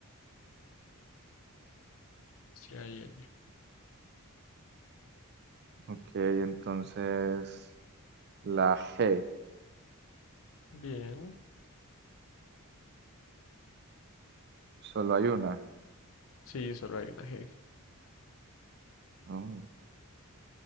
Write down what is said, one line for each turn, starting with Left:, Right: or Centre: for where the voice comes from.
Left: Sí, hay L.
Right: ok, entonces la G,
Left: Bien.
Right: solo hay una.
Left: Sí, solo hay una G.
Right: Oh,